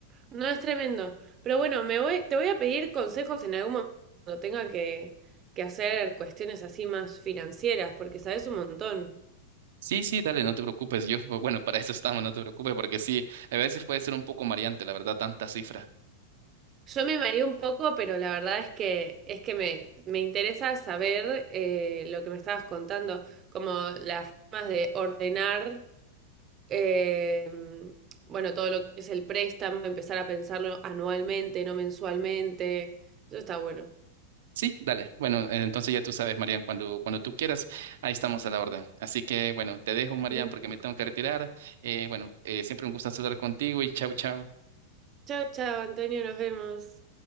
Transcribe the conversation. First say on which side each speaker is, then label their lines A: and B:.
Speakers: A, on the right; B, on the right.
A: No, es tremendo. Pero bueno, me voy, te voy a pedir consejos en algún momento cuando tenga que, que hacer cuestiones así más financieras, porque sabes un montón.
B: Sí, sí, dale, no te preocupes. Yo, <laughs> pues, bueno, para eso estamos, no te preocupes, porque sí, a veces puede ser un poco mareante, la verdad, tanta cifra.
A: Yo me mareé un poco, pero la verdad es que es que me, me interesa saber eh, lo que me estabas contando, como las formas de ordenar, eh, bueno, todo lo que es el préstamo, empezar a pensarlo anualmente, no mensualmente. Eso está bueno.
B: Sí, dale. Bueno, eh, entonces ya tú sabes, Marian, cuando, cuando tú quieras, ahí estamos a la orden. Así que, bueno, te dejo, Marian,
A: <laughs>
B: porque me tengo que retirar. Eh, bueno, eh, siempre un gusto hablar contigo y chau, chau.
A: Chao, chao, Antonio, nos vemos.